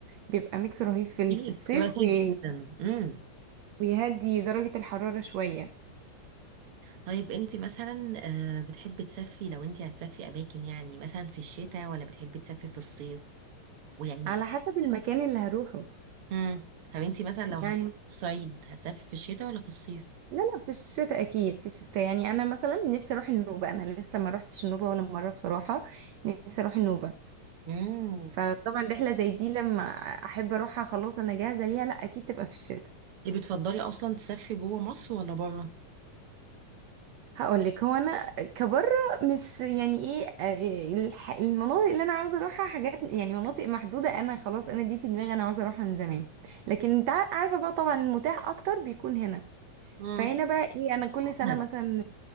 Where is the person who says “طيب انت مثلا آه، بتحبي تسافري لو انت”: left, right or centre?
Right